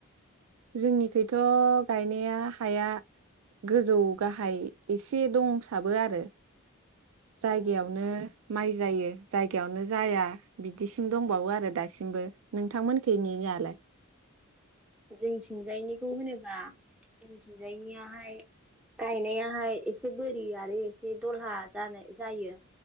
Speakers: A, on the right; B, in the centre.
A: जोंनिखैथ गायनाया हाया गोजौ गाहाय एसे दंसाबो आरो। जायगायावनो
B: औ
A: माइ जायो जायगायावनो जाया बिदिसिम दंबावो आरो दासिमबो नोंथांमोननिखै नियालाय
B: जोंथिंजायनिखौ होनोबा जोंथिंजायनियाहाय गायनायाहाय एसे बोरि आरो एसे दलहा जानाय जायो